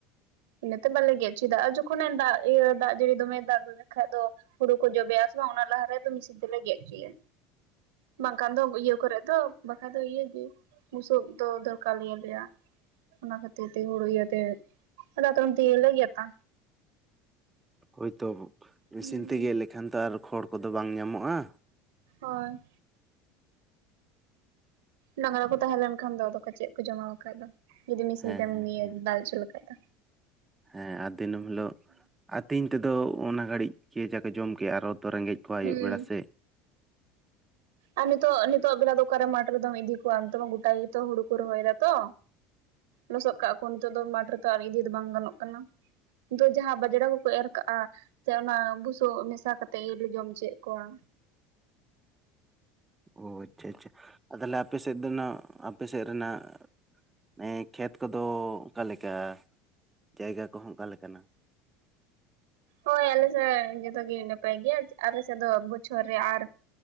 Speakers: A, on the right; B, on the right.
A: ᱤᱱᱟᱹᱛᱮ ᱵᱟᱞᱮ ᱜᱮᱫ ᱦᱚᱪᱚᱭᱮᱫᱟ ᱟᱨ ᱡᱚᱠᱷᱚᱱᱮ ᱫᱟᱜ ᱤᱭᱟᱹ ᱫᱟᱜ ᱡᱟᱹᱲᱤ ᱫᱚᱢᱮ ᱫᱟᱜ ᱞᱮᱠᱷᱟᱡ ᱫᱚ ᱦᱩᱲᱩ ᱠᱚ ᱡᱚᱵᱮᱜ-ᱟ ᱥᱮ ᱵᱟᱝ ᱚᱱᱟ ᱞᱟᱦᱟ ᱨᱮ ᱟᱫᱚ ᱢᱤᱥᱤᱱ ᱛᱮᱞᱮ ᱜᱮᱫ ᱦᱚᱪᱚᱭᱟ᱾ ᱵᱟᱝᱠᱷᱟᱱ ᱫᱚ ᱤᱭᱟᱹ ᱠᱚᱨᱮᱫ ᱫᱚ ᱵᱟᱠᱟᱱ ᱫᱚ ᱤᱭᱟᱹ ᱜᱮ ᱵᱩᱥᱩᱵ ᱫᱚ ᱫᱚᱨᱠᱟᱨ ᱞᱮᱭᱟ ᱟᱞᱮᱭᱟ᱾ ᱚᱱᱟ ᱠᱷᱟᱹᱛᱤᱨ ᱛᱮ ᱦᱩᱲᱩ ᱤᱭᱟᱹᱛᱮ ᱫᱟᱛᱨᱚᱢ ᱛᱮᱜᱮ ᱞᱮ ᱜᱮᱛᱟ᱾
B: ᱦᱳᱭ ᱛᱚ ᱢᱮᱥᱤᱱ
A: ᱦᱩᱸ
B: ᱛᱮ ᱜᱮᱫ ᱞᱮᱠᱷᱟᱱ ᱛᱚ ᱟᱨ ᱠᱷᱚᱲ ᱠᱚᱫᱚ ᱵᱟᱝ ᱧᱟᱢᱚᱜᱼᱟ᱾
A: ᱦᱳᱭ᱾ ᱰᱟᱝᱨᱟ ᱠᱚ ᱛᱟᱦᱮᱸ ᱞᱮᱱ ᱠᱷᱟᱱ ᱫᱚ ᱟᱫᱚ ᱠᱚ ᱪᱮᱫ ᱠᱚ ᱡᱚᱢᱟ ᱵᱟᱠᱷᱟᱡ ᱫᱚ᱾ ᱡᱩᱫᱤ ᱢᱤᱥᱤᱱ
B: ᱦᱮᱸ
A: ᱛᱮᱢ
B: ᱦᱮᱸ
A: ᱱᱤᱭᱟᱹ
B: ᱦᱮᱸ
A: ᱫᱟᱞ ᱚᱪᱚ ᱞᱮᱠᱷᱟᱡ ᱫᱚ᱾
B: ᱦᱮᱸ ᱟᱨ ᱫᱤᱱᱟᱹᱢ ᱦᱤᱞᱳᱜ ᱟᱹᱛᱤᱧ ᱛᱮᱫᱚ ᱚᱱᱟ ᱜᱷᱟᱹᱲᱤᱡ ᱜᱮ ᱡᱟᱠᱚ ᱡᱚᱢ ᱠᱮᱫ ᱟᱨᱚ ᱛᱚ ᱨᱮᱸᱜᱮᱡ ᱠᱚᱣᱟ ᱟᱭᱩᱵ
A: ᱦᱩᱸ
B: ᱵᱮᱲᱟ ᱥᱮᱫ᱾
A: ᱟᱨ ᱱᱤᱛᱚᱜ ᱱᱤᱛᱚᱜ ᱵᱮᱞᱟ ᱫᱚ ᱚᱠᱟᱨᱮ ᱢᱟᱴᱷ ᱨᱮᱫᱚᱢ ᱤᱫᱤ ᱠᱚᱣᱟ ᱱᱤᱛᱳᱜ ᱢᱟ ᱜᱚᱴᱟ ᱜᱮᱛᱚ ᱦᱩᱲᱩ ᱠᱚ ᱨᱚᱦᱚᱭᱮᱫᱟ ᱛᱚ᱾ ᱞᱚᱥᱚᱫ ᱠᱟᱜ-ᱟ ᱠᱚ ᱱᱤᱛᱚᱜ ᱫᱚ ᱢᱟᱴᱷ ᱨᱮᱛᱚ ᱟᱨ ᱤᱫᱤ ᱫᱚ ᱵᱟᱝ ᱜᱟᱱᱚᱜ ᱠᱟᱱᱟ᱾ ᱫᱚ ᱡᱟᱦᱟᱸ ᱵᱟᱡᱽᱲᱟ ᱠᱚᱠᱚ ᱮᱨ ᱠᱟᱜᱼᱟ ᱥᱮ ᱚᱱᱟ ᱵᱩᱥᱩᱵ ᱢᱮᱥᱟ ᱠᱟᱛᱮᱫ ᱤᱨ ᱡᱚᱢ ᱦᱚᱪᱚᱭᱮᱫ ᱠᱚᱣᱟ᱾
B: ᱚ ᱟᱪᱪᱷᱟ ᱟᱪᱪᱷᱟ ᱟ ᱛᱟᱦᱚᱞᱮ ᱟᱯᱮ ᱥᱮᱫ ᱫᱚ ᱱᱟᱜ ᱟᱯᱮ ᱥᱮᱫ ᱨᱮᱱᱥᱜ ᱟᱱᱮ ᱠᱷᱮᱛ ᱠᱚᱫᱚ ᱚᱠᱟᱮᱠᱟ ᱡᱟᱭᱜᱟ ᱠᱚᱦᱚᱸ ᱚᱠᱟᱞᱮᱠᱟᱱᱟ?
A: ᱦᱳᱭ ᱟᱞᱮ ᱥᱮᱫ ᱡᱚᱛᱚᱜ ᱜᱮ ᱱᱟᱯᱟᱭ ᱜᱮᱭᱟ ᱟᱞᱮ ᱥᱮᱫ ᱫᱚ ᱵᱚᱪᱷᱚᱨ ᱨᱮ ᱟᱨ